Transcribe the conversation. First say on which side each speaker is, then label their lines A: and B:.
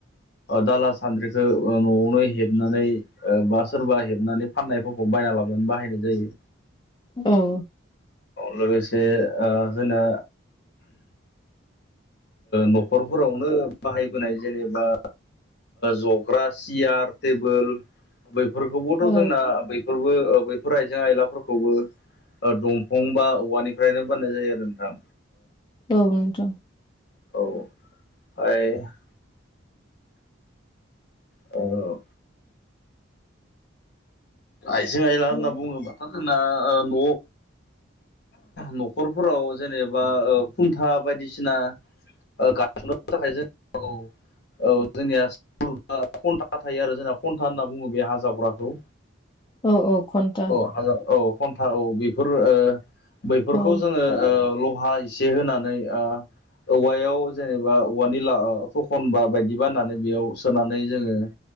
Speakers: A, on the left; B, on the left.
A: दाला सान्द्रिखौ न'आवनो हेबनानै बा सोरबा हेबनानै फाननायफोरखौ बायना लाबोनानै बाहायनाय जायो
B: औ
A: लोगोसे जोंना न'खरफोरावनो बाहायबोनाय जेनेबा जग्रा सियार टेबोल बैफोरखौबोथ'
B: औ
A: जोंना बैफोरबो बैफोर आइजें आयलाफोरखौबो ओ दंफां बा औवानिफ्रायनो बाननाय जायो आरो नोंथां।
B: औथ'
A: औ अ आइजें आइला होनना
B: औ
A: बुङोबाथ' जोंना न' न'खरफोराव जेनेबा खुन्था बायदिसिना थाखाय जों औ जोंनिया खन्था थायो आरो जोंना खन्था होनना बुङो बे हा जावग्राखौ
B: औ औ घन्टा
A: औ हाजार औ घन्टा औ बेफोर बैफोरखौ
B: औ
A: जोङो लहा एसे होनानै औवायाव जेनेबा औवानि ला फखनबा बायदि बा होननानै बेयाव सोनानै जोङो